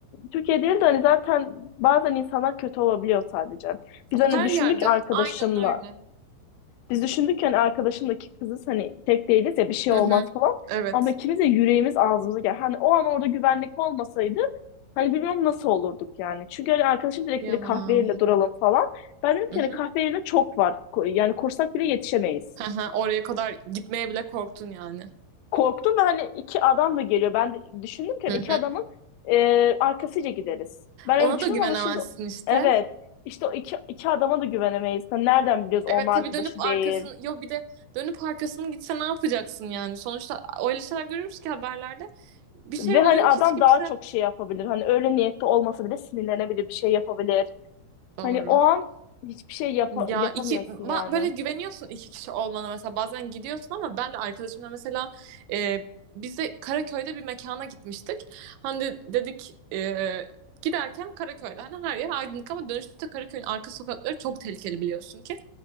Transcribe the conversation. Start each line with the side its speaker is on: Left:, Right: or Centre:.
Left: Türkiye değil de hani zaten bazen insanlar kötü olabiliyor sadece. Biz hani
Right: Her
Left: düşündük
Right: yerde.
Left: arkadaşımla
Right: Aynen öyle.
Left: biz düşündük ki hani arkadaşımdaki kızız hani tek değiliz ya bir şey
Right: Hı
Left: olmaz
Right: hı.
Left: falan.
Right: Evet.
Left: Ama ikimiz de yüreğimiz ağzımıza gel Hani o an orada güvenlik olmasaydı hani bilmiyorum nasıl olurduk yani. Çünkü hani arkadaşım direkt
Right: Kıyamam.
Left: dedi kahve yerine duralım falan. Ben dedim
Right: Hı
Left: ki
Right: hı.
Left: hani kahve yerine çok var. Ko- Yani kursak bile yetişemeyiz.
Right: Hı hı. Oraya kadar gitmeye bile korktun yani.
Left: Korktum ve hani iki adam da geliyor. Ben de düşündüm ki hani
Right: Hı
Left: iki
Right: hı.
Left: adamın e, arkasıyla gideriz. Ben
Right: Ona
Left: öyle düşündüm
Right: da güvenemezsin
Left: ama şimdi
Right: işte.
Left: evet işte o iki, iki adama da güvenemeyiz. Hani nereden biliyoruz onun
Right: Evet
Left: arkadaşı
Right: tabii dönüp arkasını
Left: değil.
Right: yo bir de dönüp arkasını gitse ne yapacaksın yani? Sonuçta öyle şeyler görürüz ki haberlerde. Bir şey
Left: Ve
Right: oluyor
Left: hani adam
Right: hiç kimse.
Left: daha çok şey yapabilir. Hani öyle niyetli olmasa bile sinirlenebilir, bir şey yapabilir.
Right: Doğru.
Left: Hani o an hiçbir şey yapa-
Right: Ya
Left: yapamıyorsun
Right: iki ba-
Left: yani.
Right: böyle güveniyorsun iki kişi olmana mesela bazen gidiyorsun ama ben de arkadaşımla mesela e, biz de Karaköy'de bir mekana gitmiştik. Hani de- dedik e, giderken Karaköy'de hani her yer aydınlık ama dönüşte Karaköy'ün arka sokakları çok tehlikeli biliyorsun ki.